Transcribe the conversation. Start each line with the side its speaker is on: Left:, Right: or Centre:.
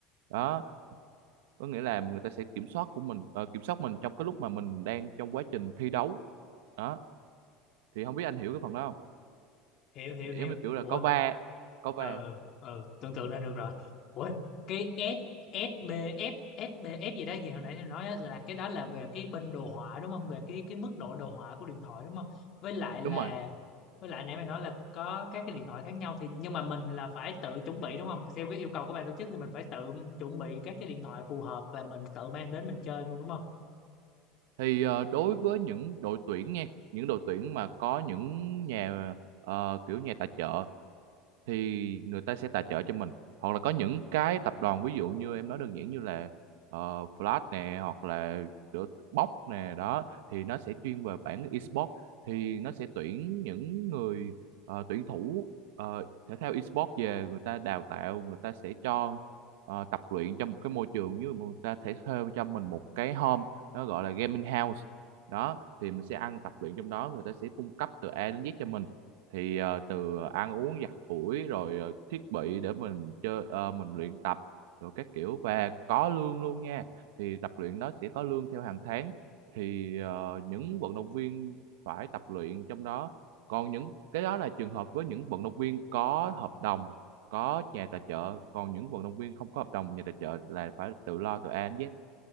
Right: đó có nghĩa là người ta sẽ kiểm soát của mình ờ, kiểm soát mình trong cái lúc mà mình đang trong quá trình thi đấu đó thì không biết anh hiểu cái phần đó không
Left: Hiểu hiểu
Right: giống
Left: hiểu.
Right: như kiểu là
Left: Ủa
Right: có va có va
Left: ừ ừ ừ, tưởng tượng ra được rồi ủa cái S SBF SBF gì đó gì hồi nãy tôi nói á, là cái đó là về cái bên đồ họa đúng không về cái cái mức độ đồ họa của điện thoại đúng không với lại là
Right: đúng rồi
Left: với lại nãy mày nói là có các cái điện thoại khác nhau thì nhưng mà mình là phải tự chuẩn bị đúng không theo cái yêu cầu của ban tổ chức thì mình phải tự chuẩn bị các cái điện thoại phù hợp và mình tự mang đến mình chơi luôn đúng không
Right: Thì ờ, đối với những đội tuyển nha, những đội tuyển mà có những nhà ờ, kiểu nhà tài trợ thì người ta sẽ tài trợ cho mình hoặc là có những cái tập đoàn ví dụ như em nói đơn giản như là ờ, Flash nè hoặc là Box nè đó thì nó sẽ chuyên về bản esports thì nó sẽ tuyển những người ờ, tuyển thủ ờ, thể thao esports về người ta đào tạo người ta sẽ cho ờ, tập luyện trong một cái môi trường như người ta thể thuê cho mình một cái home nó gọi là gaming house đó thì mình sẽ ăn tập luyện trong đó người ta sẽ cung cấp từ A đến Z cho mình thì ờ, từ ăn uống giặt ủi rồi ờ, thiết bị để mình chơi ờ, mình luyện tập rồi các kiểu và có lương luôn nha thì tập luyện đó sẽ có lương theo hàng tháng thì ờ, những vận động viên phải tập luyện trong đó còn những cái đó là trường hợp với những vận động viên có hợp đồng có nhà tài trợ còn những vận động viên không có hợp đồng nhà tài trợ là phải tự lo từ A đến Z